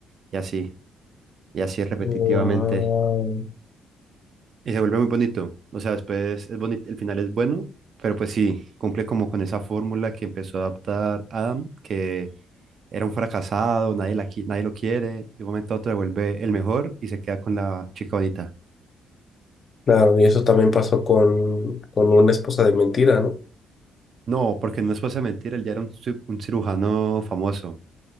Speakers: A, on the right; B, on the left.
A: y así. y así repetitivamente.
B: Wow.
A: Y se vuelve muy bonito. O sea, después es bonito, el final es bueno, pero pues sí, cumple como con esa fórmula que empezó a adaptar Adam, que era un fracasado, nadie, la, qui- nadie lo quiere, de un momento a otro se vuelve el mejor y se queda con la chica bonita.
B: Claro, y eso también pasó con, con una esposa de mentira, ¿no?
A: No, porque no es cosa de mentir, él ya era un, ci- un cirujano famoso.